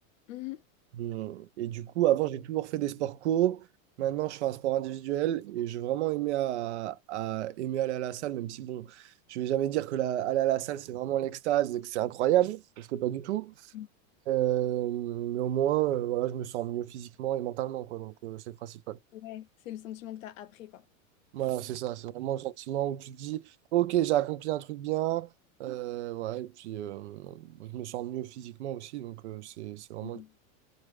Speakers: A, on the left (about 70°); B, on the right (about 55°).
A: Mhm.
B: Hum, Et du coup, avant, j'ai toujours fait des sports co. Maintenant, je fais un sport individuel et j'ai vraiment aimé, à, à- aimé aller à la salle, même si, bon, je vais jamais dire que la, aller à la salle, c'est vraiment l'extase et que c'est incroyable, parce que pas du tout.
A: Mhm.
B: Euh, mais au moins, euh, voilà, je me sens mieux physiquement et mentalement, quoi. Donc, euh, c'est le principal.
A: Ouais, c'est le sentiment que tu as après, quoi.
B: Voilà, c'est ça, c'est vraiment le sentiment où tu te dis, ok, j'ai accompli un truc bien, euh, ouais, et puis euh, je me sens mieux physiquement aussi, donc euh, c'est c'est vraiment...
A: Mhm.
B: le-